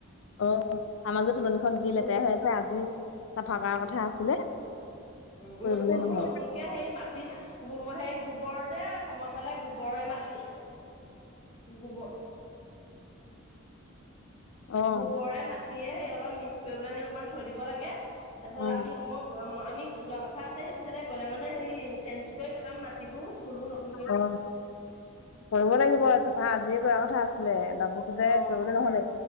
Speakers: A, on the left; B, on the left.
A: অ' আমাৰ যে ফুলনিখন যি
B: ফুল
A: লেতেৰা হৈ আছে আজি চাফা কৰাৰ কথা আছিলে।
B: উম, এ,
A: কৰিবলৈ
B: ফুলবোৰ
A: নহ'লে।
B: নতুন কে হেৰি মাটিত গোবৰ হেই গোবৰ যে, সময় পালে গোবৰে মাটি গোবৰ
A: অ',
B: গোবৰে মাটিয়ে সেই অলপ মিক্স কৰি পেলাই নি অলপ থৈ দিব লাগে, তাৰ পিছত
A: অ'।
B: আমি মোক <unintelligible> আমি যোৱা কথা আছে সেইটো চাইডে গ'লে মানে সেই চেঞ্জ কৰি পেলাম মাটিবোৰ ফুলবোৰ ন
A: অ, কৰিব লাগিব, চাফা আজিয়ে কৰা কথা আছিল একদম। তাৰপিছতে
B: অ
A: কৰিবলৈ নহলে,